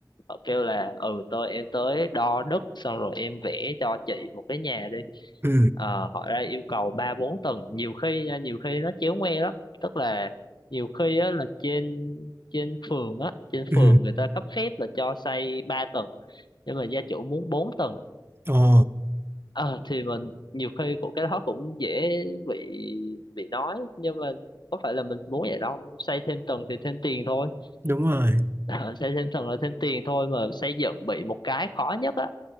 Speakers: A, on the left; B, on the right.
A: họ kêu là ừ tôi em tới đo đất xong rồi em vẽ cho chị một cái nhà đi
B: ừ
A: Ờ, họ ra yêu cầu ba bốn tầng nhiều khi nha, nhiều khi nó chéo ngoe lắm tức là nhiều khi á là trên trên phường á trên
B: ừ
A: phường người ta cấp phép là cho xây ba tầng nhưng mà gia chủ muốn bốn tầng
B: ồ
A: Ờ, thì mình nhiều khi cũng cái đó cũng dễ bị bị nói nhưng mà có phải là mình muốn vậy đâu xây thêm tầng thì thêm tiền thôi
B: đúng rồi
A: <laughs> Ờ, xây thêm tầng là thêm tiền thôi mà xây dựng bị một cái khó nhất á